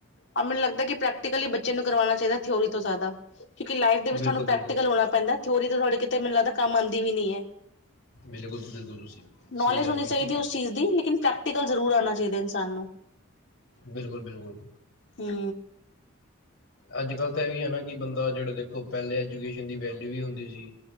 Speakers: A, on the left; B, on the left.
A: ਆਹ ਮੈਨੂੰ ਲੱਗਦਾ ਪ੍ਰੈਕਟਿਕਲ ਬੱਚੇ ਨੂੰ ਕਰਵਾਣਾ ਚਾਹੀਦਾ ਥਿਓਰੀ ਤੋਂ ਜ਼ਿਆਦਾ। ਕਿਉਂਕਿ ਲਾਈਫ ਦੇ ਵਿੱਚ
B: ਬਿਲਕੁਲ
A: ਤੁਹਾਨੂੰ ਪ੍ਰੈਕਟੀਕਲ
B: ਬਿਲਕੁਲ
A: ਹੋਣਾ ਪੈਂਦਾ ਥਿਊਰੀ ਤੇ ਤੁਹਾਡੇ ਕਿਤੇ ਮੈਨੂੰ ਲੱਗਦਾ ਕੰਮ ਆਂਦੀ ਵੀ ਨੀ ਐ।
B: ਬਿਲਕੁਲ-ਬਿਲਕੁਲ ਤੁਸੀਂ
A: ਨੌਲੇਜ
B: ਸਹੀ ਗੱਲ
A: ਹੋਣੀ
B: ਕੀਤੀ।
A: ਚਾਹੀਦੀ ਉਸ ਚੀਜ਼ ਦੀ ਲੇਕਿਨ ਪ੍ਰੈਕਟੀਕਲ ਜ਼ਰੂਰ ਆਉਣਾ ਚਾਹੀਦਾ ਇਨਸਾਨ ਨੂੰ।
B: ਬਿਲਕੁਲ-ਬਿਲਕੁਲ।
A: ਹੂੰ।
B: ਅੱਜ ਕੱਲ੍ਹ ਤਾਂ ਅਵਾ ਵੀ ਹੈ ਨਾ ਕਿ ਬੰਦਾ ਜਿਹੜੇ ਦੇਖੋ ਪਹਿਲੇ ਐਜੂਕੇਸ਼ਨ ਦੀ ਵੈਲਿਊ ਵੀ ਹੁੰਦੀ ਸੀ।